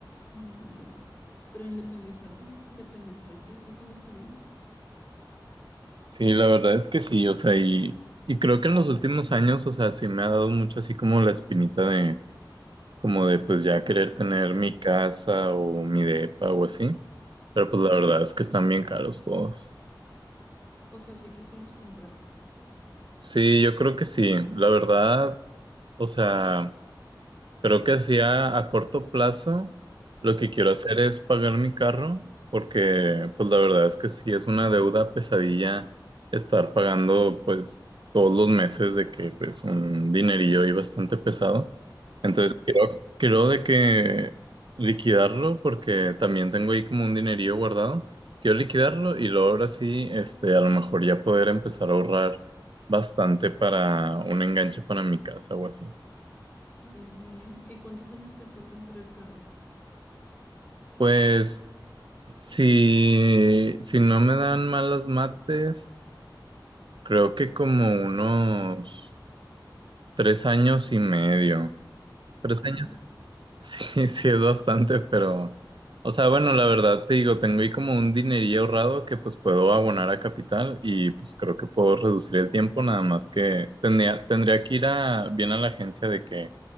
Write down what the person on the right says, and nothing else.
Sí, la verdad es que sí, o sea, y, y creo que en los últimos años, o sea, sí me ha dado mucho así como la espinita de, como de pues ya querer tener mi casa o mi depa o así, pero pues la verdad es que están bien caros todos.
Sí, yo creo que sí, la verdad, o sea... Creo que así a, a corto plazo lo que quiero hacer es pagar mi carro porque pues la verdad es que sí es una deuda pesadilla estar pagando pues todos los meses de que pues un dinerillo ahí bastante pesado. Entonces
creo, creo de que liquidarlo porque también tengo ahí como un dinerillo guardado. Quiero liquidarlo y luego ahora sí este a lo mejor ya poder empezar a ahorrar bastante para un enganche para mi casa o así.
Pues Si, si no me dan malas mates, creo que como unos tres años y medio.
Tres años,
<laughs> sí, sí es bastante, pero, o sea, bueno, la verdad te digo, tengo ahí como un dinerillo ahorrado que pues puedo abonar a capital y pues creo que puedo reducir el tiempo, nada más que tendría, tendría que ir a, bien a la agencia de que,